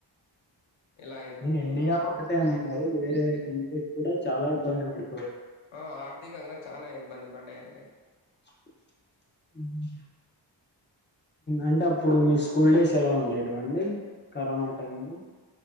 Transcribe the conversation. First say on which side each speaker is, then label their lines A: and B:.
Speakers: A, on the left (about 75°); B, on the left (about 25°).
A: ఇలా అయిందండి
B: నన్ ఇండియా ఒకటే అనగ అదు వేరే కంట్రీస్ కూడా చాలా ఇబ్బంది పడు
A: ఆ ఆర్థికంగా చాలా ఇబ్బంది పడ్డాయండి
B: అ అంటే అప్పుడు మీ స్కూల్ డేస్ ఎలా ఉండేటువండి కరోనా టై లో